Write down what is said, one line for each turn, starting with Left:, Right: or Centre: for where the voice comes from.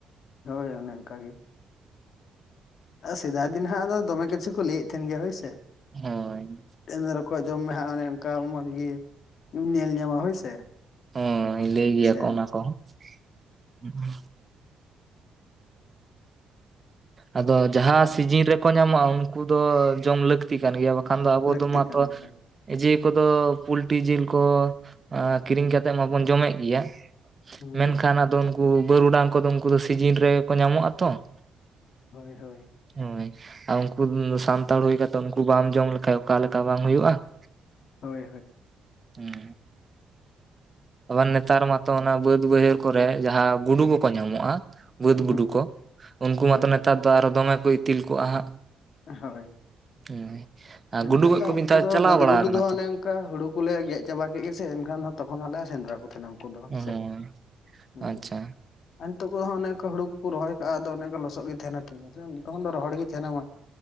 Left: ᱦᱳᱭ ᱚᱱᱮ ᱚᱝᱠᱟ ᱜᱮ ᱾ ᱥᱮᱫᱟᱭ ᱫᱤᱱ ᱦᱟᱸᱜ ᱫᱚ ᱫᱚᱢᱮ ᱠᱤᱪᱷᱩ ᱠᱚ ᱞᱟᱹᱭᱮᱫ ᱛᱟᱦᱮᱱ ᱜᱮᱭᱟ ᱦᱳᱭ ᱥᱮ ᱾
Right: ᱦᱳᱭ ᱾
Left: ᱛᱮᱦᱮᱧ ᱫᱚ ᱨᱚᱠᱚᱡ ᱡᱚᱢ ᱢᱮ ᱦᱟᱸᱜ ᱚᱱᱮ ᱚᱱᱠᱟ ᱢᱚᱡᱽ ᱜᱤᱼᱼ ᱧᱮᱞ ᱧᱟᱢᱟ ᱦᱳᱭ ᱥᱮ,
Right: ᱦᱳᱭ ᱞᱟᱹᱭ ᱜᱮᱭᱟ
Left: ᱥᱮᱼᱼ
Right: ᱠᱚ ᱚᱱᱟ ᱠᱚᱦᱚᱸ <unintelligible> ᱟᱫᱚ ᱡᱟᱦᱟᱸ
Left: ᱟᱨ
Right: ᱥᱤᱡᱤᱱ ᱨᱮᱠᱚ ᱧᱟᱢᱚᱜᱼᱟ ᱩᱱᱠᱩ ᱫᱚ ᱡᱚᱢ ᱞᱟᱹᱠᱼᱼ ᱛᱤ ᱠᱟᱱ ᱜᱮᱭᱟ ᱵᱟᱠᱷᱟᱱ ᱫᱚ ᱟᱵᱚ
Left: ᱞᱟᱹᱠᱛᱤ
Right: ᱫᱚ ᱢᱟᱛᱚ
Left: ᱠᱟᱱ ᱜᱮᱭᱟ ᱦᱳᱭ
Right: ᱡᱮ ᱠᱚᱫᱚ ᱯᱩᱞᱴᱤ ᱡᱤᱞ ᱠᱚ ᱮᱸᱻ ᱠᱤᱨᱤᱧ ᱠᱟᱛᱮᱫ ᱢᱟᱵᱚᱱ
Left: ᱦᱩᱸ
Right: ᱡᱚᱢ ᱮᱫ ᱜᱮᱭᱟ
Left: ᱦᱩᱸ
Right: ᱢᱮᱱᱠᱷᱟᱱ ᱟᱫᱚ ᱼᱼ ᱩᱱᱠᱩ ᱵᱟᱹᱨᱩᱰᱟᱝ ᱠᱚᱫᱚ ᱩᱱᱠᱩ ᱫᱚ ᱥᱤᱡᱤᱱ ᱨᱮᱜᱮ ᱠᱚ ᱧᱟᱢᱚᱜᱼᱟ ᱛᱚ ᱾
Left: ᱦᱳᱭ ᱦᱳᱭ ᱾
Right: ᱦᱳᱭ ᱾ ᱟᱨ ᱩᱱᱠᱩ ᱥᱟᱱᱛᱟᱲ ᱦᱩᱭ ᱠᱟᱛᱮᱫ ᱩᱱᱠᱩ ᱵᱟᱢ ᱡᱚᱢ ᱞᱮᱠᱷᱟᱡ ᱚᱠᱟ ᱞᱮᱠᱟ ᱵᱟᱝ ᱦᱳᱭᱩᱜᱼᱟ ᱾
Left: ᱦᱳᱭ ᱦᱳᱭ ᱾
Right: ᱦᱩᱸᱼᱼ ᱟᱵᱟᱨ ᱱᱮᱛᱟᱨ ᱢᱟᱛᱚ ᱚᱱᱟ ᱵᱟᱹᱫ ᱵᱟᱹᱭᱦᱟᱹᱲ ᱠᱚᱨᱮ ᱡᱟᱦᱟᱸ ᱜᱩᱰᱩ ᱠᱚᱠᱚ ᱧᱟᱢᱚᱜ-ᱟ᱾ ᱵᱟᱹᱫᱽ
Left: ᱦᱩᱸ
Right: ᱜᱩᱰᱩ ᱠᱚ ᱩᱱᱠᱩ
Left: ᱦᱳᱭ
Right: ᱢᱟᱛᱚ ᱱᱮᱛᱟᱨ
Left: ᱦᱳᱭ
Right: ᱫᱚ ᱟᱨᱚ ᱫᱚᱢᱮ ᱠᱚ ᱤᱛᱤᱞ ᱠᱚᱜ-ᱟ ᱦᱟᱜ᱾
Left: ᱦᱳᱭ
Right: <unintelligible>
Left: ᱮᱱᱠᱷᱟᱱ ᱫᱚ
Right: ᱠᱚ
Left: ᱩᱱᱠᱩ
Right: ᱢᱤᱫ ᱫᱷᱟᱣ
Left: ᱫᱚ
Right: ᱪᱟᱞᱟᱣ
Left: ᱵᱟᱹᱫᱽ
Right: ᱵᱟᱲᱟ
Left: ᱜᱩᱰᱩ
Right: ᱟᱠᱟᱱᱟ
Left: ᱫᱚ ᱦᱩᱱᱟᱹᱝ᱾
Right: ᱛᱚ
Left: ᱚᱱᱠᱟ ᱦᱩᱲᱩ ᱠᱚᱞᱮ ᱜᱮᱫ ᱪᱟᱵᱟ ᱠᱮᱫ ᱜᱮ ᱥᱮ ᱮᱱᱠᱷᱟᱱ ᱛᱚᱠᱷᱚᱱ ᱟᱞᱮ ᱥᱮᱸᱫᱽᱨᱟ ᱠᱚ ᱛᱟᱦᱮᱱᱟ᱾ ᱯᱳᱱ ᱫᱚᱦᱚ
Right: ᱦᱳᱭ
Left: ᱵᱤᱱ ᱥᱮ ᱦᱩᱸ᱾
Right: ᱟᱪᱪᱷᱟ
Left: ᱟᱨ ᱱᱤᱛᱚᱜ ᱠᱚᱫᱚ ᱚᱱᱮᱠᱟ ᱦᱩᱲᱩ ᱠᱚ ᱠᱚ ᱨᱚᱦᱚᱭ ᱠᱟᱜ-ᱟ ᱟᱫᱚ ᱚᱱᱮᱠᱟ ᱞᱚᱥᱚᱫ ᱜᱮ ᱛᱟᱦᱮᱱᱟ ᱴᱷᱤᱠᱟᱪᱮ ᱛᱚᱠᱷᱚᱱ ᱫᱚ ᱨᱚᱦᱚᱲ ᱜᱮ ᱛᱟᱦᱮᱱᱟ ᱢᱟ᱾